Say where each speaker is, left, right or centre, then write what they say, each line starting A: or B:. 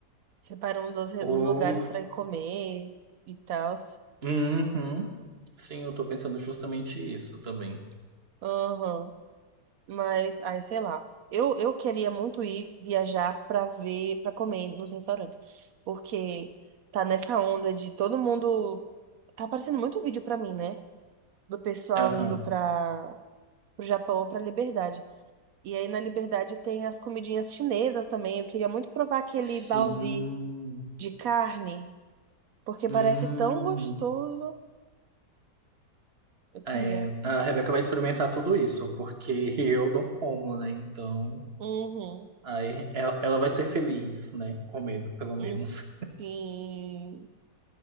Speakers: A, on the right (about 65°); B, on the right (about 40°).
A: Separando uns, re-
B: O...
A: uns lugares pra ir comer e tal.
B: Uhum. Sim, eu tô pensando justamente isso também.
A: Aham. Mas, ai, sei lá. Eu, eu queria muito ir viajar pra ver, pra comer nos restaurantes. Porque tá nessa onda de todo mundo. Tá aparecendo muito vídeo pra mim, né? Do pessoal
B: Aham.
A: indo pra. Pro Japão ou pra Liberdade. E aí na Liberdade tem as comidinhas chinesas também. Eu queria muito provar aquele
B: Sim.
A: baozi De carne, porque
B: Hum.
A: parece tão gostoso. Eu queria.
B: É, a Rebeca vai experimentar tudo isso, porque <laughs> eu não como, né? Então.
A: Uhum.
B: Aí ela, ela vai ser feliz, né? Comendo, pelo
A: Hum,
B: menos.
A: Sim.